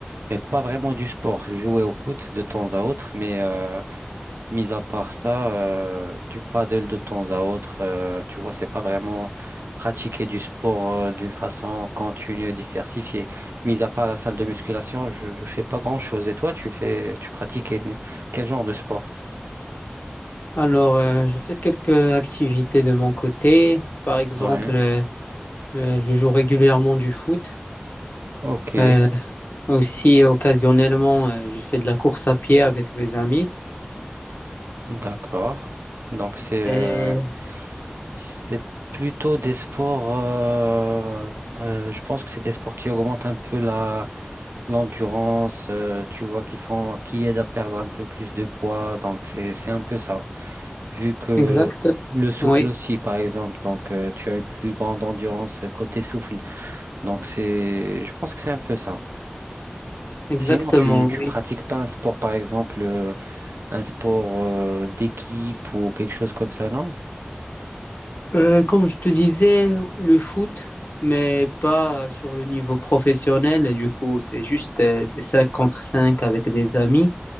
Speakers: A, on the right; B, on the left.
A: mais pas vraiment du sport. Jouer au foot de temps à autre, mais euh, Mis à part ça, euh, du paddle de temps à autre, euh, tu vois, c'est pas vraiment pratiquer du sport euh, d'une façon continue et diversifiée. Mis à part la salle de musculation, je, je fais pas grand-chose. Et toi, tu fais, tu pratiques quel, quel genre de sport?
B: Alors, euh, je fais quelques activités de mon côté. Par exemple,
A: Ouais.
B: euh, euh, je joue régulièrement du foot.
A: Ok.
B: Euh, aussi, occasionnellement, euh, je fais de la course à pied avec mes amis.
A: D'accord. Donc c'est euh,
B: Et
A: C'est plutôt des sports, euh, euh, je pense que c'est des sports qui augmentent un peu la, l'endurance, euh, tu vois, qui font, qui aident à perdre un peu plus de poids. Donc, c'est, c'est un peu ça. Vu que
B: exact,
A: le souffle
B: oui,
A: aussi, par exemple, donc euh, tu as une plus grande endurance côté souffle. Donc, c'est, je pense que c'est un peu ça.
B: exactement,
A: Sinon, tu, tu
B: oui.
A: pratiques pas un sport, par exemple, euh, un sport euh, d'équipe ou quelque chose comme ça, non?
B: Euh, comme je te disais, le foot, mais pas sur le niveau professionnel. Du coup, c'est juste euh, des 5 contre 5 avec des amis.